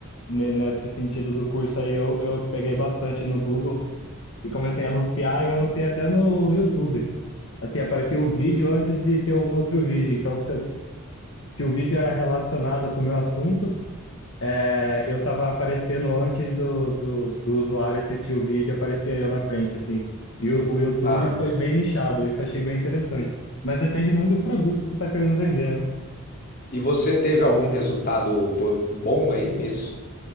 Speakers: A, on the left; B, on the left.
A: ne- nesse sentido do curso aí eu, eu peguei bastante no Google e comecei a anunciar, e eu anunciei até no YouTube. Assim, aparecia o vídeo antes de ter um outro vídeo. Então, se eu Se o vídeo era relacionado com o meu assunto. É, eu estava aparecendo antes do, do, do usuário assistir o vídeo, aparecia eu na frente, assim. E o, o YouTube
B: Ah,
A: foi bem nichado, isso eu achei bem interessante. Mas depende muito do produto que você está querendo vender, né?
B: e você teve algum resultado pô, bom aí nisso?